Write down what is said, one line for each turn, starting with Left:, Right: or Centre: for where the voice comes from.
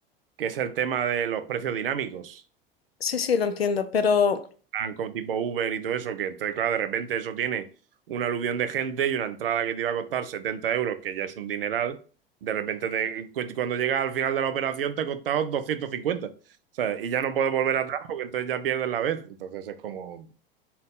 Right: que es el tema de los precios dinámicos
Left: Sí, sí, lo entiendo, pero...
Right: banco tipo Uber y todo eso, que entonces, claro, de repente eso tiene un aluvión de gente y una entrada que te iba a costar 70 euros, que ya es un dineral, de repente te- cuando llegas al final de la operación te ha costado 250, ¿sabes? Y ya no puedes volver atrás porque entonces ya pierdes la vez. Entonces es como,